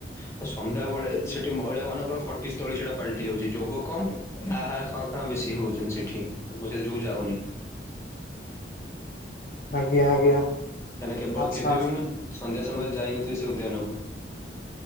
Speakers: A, on the left; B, on the left.
A: ତ ସନ୍ଧ୍ୟା ବେଳେ ସେଠି ମହିଳା ମାନଙ୍କର ଖଟିସ୍ଥଳୀ ସେଟା ପାଲ୍ ଟି ଯାଉଛି। ଯୋଗ କମ୍ ହା ହା ଖଁ ଖଁ ବେଶୀ ହଉଛନ୍ତି ସେଠି। ତ ମୁଁ ସେ ଯୋଗୁ ଯାଉନି।
B: ଆଜ୍ଞା, ଆଜ୍ଞା।।
A: କାହିଁନା କେବଳ
B: ଆଚ୍ଛା
A: କେବେ
B: ଆଚ୍ଛା
A: ବି ମୁଁ ସନ୍ଧ୍ୟା ସମୟରେ ଯାଇନଥିଲି ସେ ଉଦ୍ୟାନକୁ?